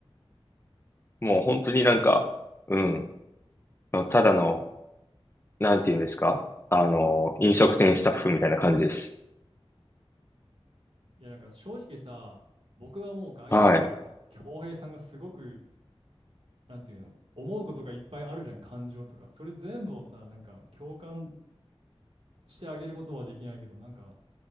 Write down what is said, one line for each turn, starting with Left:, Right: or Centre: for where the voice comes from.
Left: もう本当になんか、うん、ただのなんて言うんですかあの、飲食店スタッフみたいな感じです。
Right: いやなんか正直さ、僕はもう外野だからさ、
Left: はい。
Right: 恭平さんがすごくなんていうの、思うことがいっぱいあるじゃん、感情とか。それ全部をさ、なんか共感してあげることはできないけど、なんか